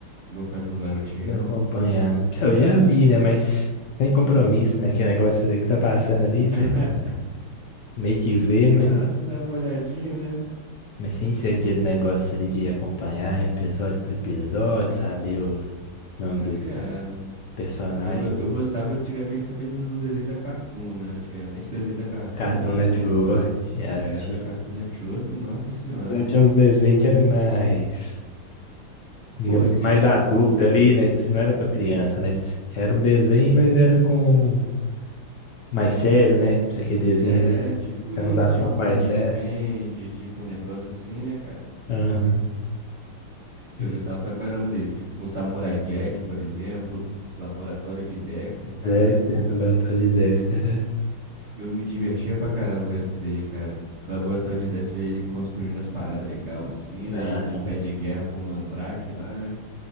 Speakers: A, on the right; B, on the left.
A: Nunca vi o Narutinho,
B: de
A: não.
B: acompanhar, né? Então, Eu já vi, né? Mas sem compromisso, né? Que negócio ali que tá passando ali,
A: <laughs>
B: você meio que vê, mas,
A: Ah, dá uma olhadinha, né?
B: mas sem ser aquele negócio ali de acompanhar episódio por episódio, saber o nome
A: Tá
B: dos
A: ligado?
B: personagens.
A: Eu, go- eu gostava antigamente também dos- do, desenho da Cartoon, né? Antigamente o desenho da Cartoon
B: Cartoon
A: era
B: Network,
A: bom demais.
B: já
A: É,
B: tinha,
A: da Cartoon
B: um,
A: Network, nossa senhora.
B: já tinha uns desenhos que era mais, digamos
A: Pô,
B: assim,
A: que
B: mais
A: tipo.
B: adulto ali, né? Tipo assim, não era pra criança, né? Tipo assim, era um desenho, mas era com mais sério, né? Tipo, essa QDzinha
A: É,
B: ali,
A: tipo
B: tem
A: isso,
B: uns assuntos
A: tipo
B: mais
A: um Billy
B: sérios.
A: Mandy, tipo um negócio assim, né, cara?
B: Aham.
A: Eu
B: Isso.
A: gostava pra caramba desse. Um Samurai Jack, por exemplo, Laboratório de Dexter, caraca.
B: Dexter, laboratório de Dexter. é-
A: Eu me divertia pra caramba vendo isso aí, cara. O Laboratório de Dexter, ver ele construindo as paradas legais assim, né?
B: Aham.
A: E ele de pé de guerra com o Mandrake lá, né?